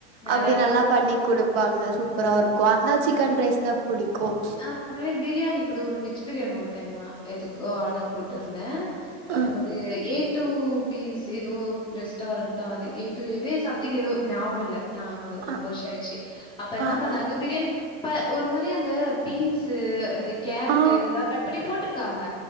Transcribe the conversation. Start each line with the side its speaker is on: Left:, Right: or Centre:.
Left: நல்லாருக்கும்.
Right: அப்டி நல்லா பண்ணி குடுப்பாங்க சூப்பரா இருக் கும் அந்த சிக்கன் ரைஸ் தா புடிக்கும்
Left: அந்த மாரி பிரியாணி குட ஒன்னு வெஜ் பிரியாணி ஒர் டைம் எதுக்கோ ஆடர் போட்டுருந்த அப்ப
Right: அ
Left: வந்து ஏ டூ பீஸ் ஏதோ ரெஸ்டாரண்ட் தா அது ஏ டூ வுவே சம்திங் எதோ ஞாபக இல்ல ஞாவோ ரொம்ப
Right: அ
Left: வர்ஷோ ஆய்ச்சு அப்ப என்ன
Right: அ
Left: பண்ண
Right: அ
Left: பிரியாணி ப்பா ஒரு மாரி அந்த பீன்ஸ்சு இந்த கேரட்டு
Right: ஆ
Left: இதெல்லா கட் பண்ணி போட்ருக் க்காங்க